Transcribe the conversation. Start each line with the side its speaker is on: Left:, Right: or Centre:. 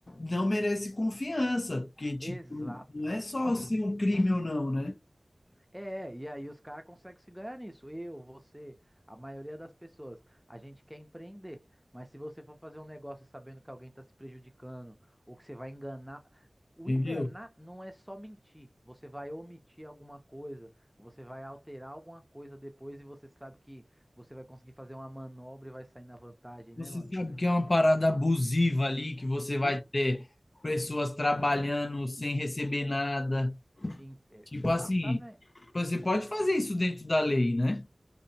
Left: não merece confiança, porque, tipo,
Centre: Exata.
Left: não é só
Centre: hum,
Left: ser um crime ou não, né?
Centre: É, e aí os caras conseguem se ganhar nisso. Eu, você, a maioria das pessoas. A gente quer empreender, mas se você for fazer um negócio sabendo que alguém está se prejudicando ou que você vai enganar. O
Left: Entendeu?
Centre: enganar não é só mentir. Você vai omitir alguma coisa, você vai alterar alguma coisa depois e você sabe que você vai conseguir fazer uma manobra e vai sair na vantagem,
Left: Você
Centre: né, mano?
Left: sabe que é uma parada abusiva ali, que você vai
Centre: E,
Left: ter pessoas trabalhando sem receber nada.
Centre: em- exatamente.
Left: Tipo assim, você pode fazer isso dentro da lei, né?